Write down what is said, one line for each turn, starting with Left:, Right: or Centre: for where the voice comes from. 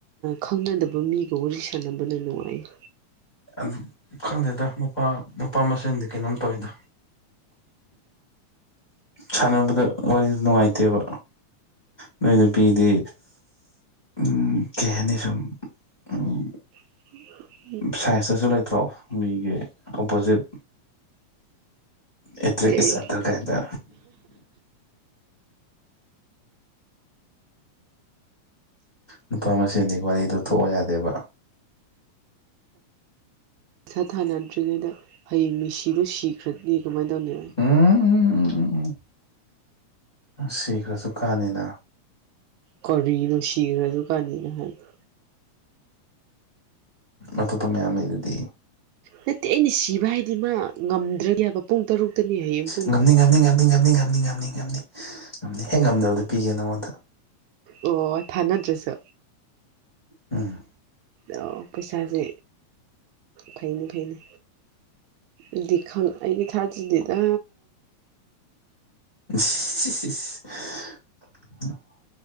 Right: ꯈꯪꯅꯗꯕ ꯃꯤꯒ ꯋꯥꯔꯤ ꯁꯥꯟꯅꯕꯅ ꯅꯨꯡꯉꯥꯏꯌꯦ
Left: ꯑꯗꯨ ꯈꯪꯗꯦꯗ ꯅꯨꯄꯥ ꯅꯨꯄꯥ ꯃꯁꯦꯟꯗꯤ ꯀꯩꯅꯣꯝ ꯇꯧꯋꯤꯗ ꯁꯥꯟꯅꯕꯗ ꯋꯥꯔꯤꯗꯨ ꯅꯨꯡꯉꯥꯏꯇꯦꯕ ꯅꯣꯏ ꯅꯨꯄꯤꯗꯤ ꯎꯝ ꯀꯩꯍꯥꯅꯤ ꯁꯨꯝ ꯎꯝ
Right: <unintelligible>
Left: ꯁꯥꯏꯟꯁꯇꯁꯨ ꯂꯩꯇ꯭ꯔꯣ ꯃꯤꯒꯤ ꯑꯣꯄꯣꯖꯤꯠ ꯑꯦꯇꯔꯦꯛ
Right: ꯀꯩ
Left: ꯏꯁ ꯑꯗꯔ ꯀꯥꯏꯅ ꯅꯨꯄꯥ ꯃꯁꯦꯟꯗꯤ ꯋꯥꯔꯤꯗꯨ ꯊꯣꯛꯑꯣ ꯌꯥꯗꯦꯕ
Right: ꯄꯩꯁꯥ ꯊꯥꯅꯗ꯭ꯔꯤꯉꯩꯗ ꯍꯌꯦꯡ ꯃꯤꯁꯤꯗꯨ ꯁꯤꯈ꯭ꯔꯅꯤ ꯀꯃꯥꯏꯅ ꯇꯧꯅꯤ
Left: ꯎꯝ ꯎꯝ ꯎꯝ ꯎꯝ ꯎꯝ ꯁꯤ ꯈꯔꯁꯨ ꯀꯥꯟꯅꯤꯅ
Right: ꯀꯧꯔꯤꯔꯣ ꯁꯤꯒꯔꯥꯖꯨ ꯀꯥꯟꯅꯤꯅ ꯍꯥꯏꯗꯣ
Left: ꯑꯇꯣꯞꯄ ꯃꯌꯥꯝ ꯂꯩꯗꯨꯗꯤ
Right: ꯅꯠꯇꯦ ꯑꯩꯅ ꯁꯤꯕ ꯍꯥꯏꯗꯤ ꯃꯥ ꯉꯝꯗ꯭ꯔꯗꯗꯤ ꯍꯥꯏꯕ ꯄꯨꯡ ꯇꯔꯨꯛꯇꯅꯤ ꯍꯥꯌꯦꯡ
Left: ꯉꯝꯅꯤ ꯉꯝꯅꯤ ꯉꯝꯅꯤ ꯉꯝꯅꯤ ꯉꯝꯅꯤ ꯉꯝꯅꯤ ꯉꯝꯅꯤ ꯉꯝꯅꯤ ꯍꯦꯛ ꯉꯝꯗꯕꯗ ꯄꯤꯒꯦ ꯅꯉꯣꯟꯗ
Right: ꯑꯣ ꯊꯥꯅꯗ꯭ꯔꯁꯨ
Left: ꯎꯝ
Right: ꯑꯣ ꯄꯩꯁꯥꯁꯦ ꯐꯩꯅꯤ ꯐꯩꯅꯤ ꯂꯤꯗꯤ ꯈꯪ ꯑꯩꯒꯤ ꯊꯥꯖꯗꯤꯗ
Left: <unintelligible>